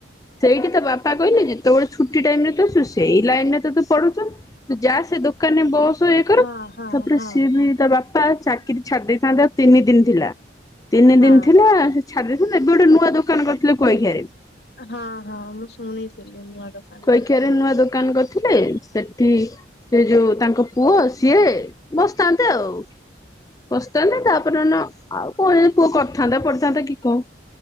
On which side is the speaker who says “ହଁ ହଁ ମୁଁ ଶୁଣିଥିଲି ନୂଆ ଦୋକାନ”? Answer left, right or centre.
Left